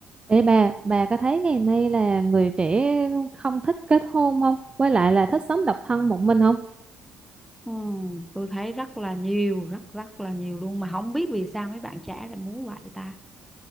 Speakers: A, on the right (about 25°); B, in the centre.
A: Ê bà, bà có thấy ngày nay là người trẻ không thích kết hôn không? Với lại là thích sống độc thân một mình không?
B: Ừ, tôi thấy rất là nhiều, rất rất là nhiều luôn mà không biết vì sao mấy bạn trẻ lại muốn vậy ta.